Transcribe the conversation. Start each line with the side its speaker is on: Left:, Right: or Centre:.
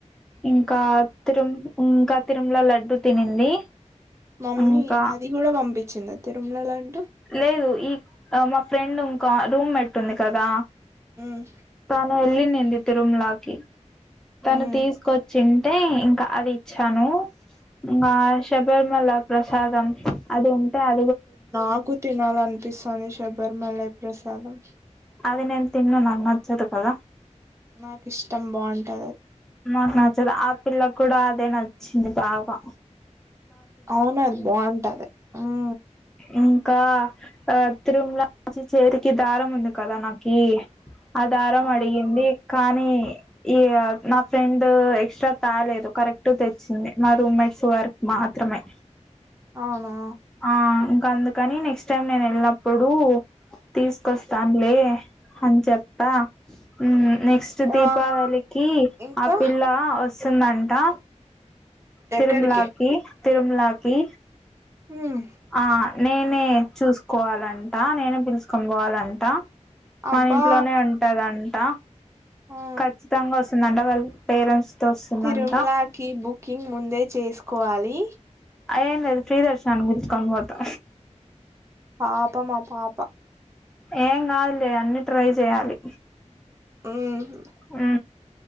Centre: ఇంకా తిరుమ్ ఇంకా తిరుమ్ల లడ్డు తినింది
Right: మమ్మి
Centre: ఇంకా
Right: అది గుడా పంపించింద తిరుమ్ల లడ్డు
Centre: లేదు ఈ మా ఫ్రెండ్ ఉన్ కా రూమెట్ ఉంది కదా
Right: మ్మ్
Centre: ఆ వెళ్ళిన్నింది తిరుమలాకి తను
Right: మ్మ్
Centre: తీసుకొచ్చింటే ఇంకా అది ఇచ్చాను ఆ శబర్మల ప్రసాదం అది అంటే అ
Right: నాకు తినాలి అనిపిస్తుంది శబ్ పర్మల ప్రసాదం
Centre: అది నేన్ తిన్నా నాన్న నచ్చదు కదా
Right: నాకు ఇష్టం బాగుంట్ త
Centre: మహా తరా ఆపిిల్ల కూడా అదే నచ్చింది బాగా
Right: అవునది బాగుంటది మ్మ్
Centre: మ్మ్ అక్క ఆ తిరుమలా నుంచి చేరికి దారం ఉంది కదా నాకి ఆధారం
Right: ఆ
Centre: అడిగింది
Right: అవును
Centre: కానీ ఈ మా ఫ్రెండ్ ఎక్స్ట్రా తాాలేదు కరెక్ట్ తెచ్చింది మా రూమ్మేట్స్ వర్క్ మాత్రమే
Right: అవునా
Centre: ఆ ఇంకా అందుకని నెక్స్ట్ నెక్స్ట్ టైం నేను వెళ్ళినప్పుడు తీసుకొస్తాను లే అని చెప్ప మ్మ్ నెక్స్ట్ దీపావళికి
Right: ఆ ఇంకా
Centre: ఆ పిల్ల వస్ స్తుందంట తిరుమ్లాకి
Right: ఎక్కడికి
Centre: తిరుమలాకి
Right: మ్మ్
Centre: ఆ నేనే చూసుకోవాలన్ అంటా నేనే పిలుసుకొని పోవాలంట
Right: అబ్బా
Centre: మన ఇంట్లోనే ఉంటదంట
Right: ఆ
Centre: ఖచ్చితంగా వస్తుందంట వాల్ పేరెంట్స్ తో వస్తుందంట
Right: తిరుమ్లాకి బుకింగ్ ముందే చేసుకోవాలి
Centre: ఏం లేద్ ఫ్రీ దర్శనానికి పిల్చుకోన్ పోతా
Right: పాపమ్ ఆ పాప
Centre: ఏంగాద్ లే అన్ని ట్రై చేయాలి
Right: మ్
Centre: ఉ